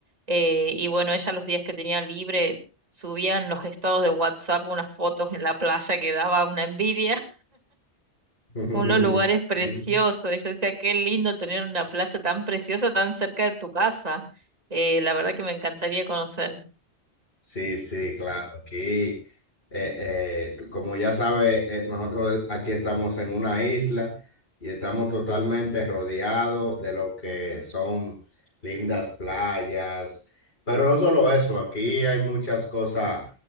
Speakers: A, on the right (about 35°); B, on the left (about 60°).
A: Eh, y bueno, ella los días que tenía libre subía en los estados de WhatsApp unas fotos en la playa que daba una envidia.
B: <laughs>
A: unos lugares preciosos.
B: Sí.
A: Y yo decía, qué lindo tener una playa tan preciosa tan cerca de tu casa. Eh, la verdad que me encantaría conocer
B: Sí, sí, claro. Aquí, eh, eh, tú- como ya sabes, eh, nosotros aquí estamos en una isla y estamos totalmente rodeados de lo que son lindas playas. Pero no solo eso, aquí hay muchas cosas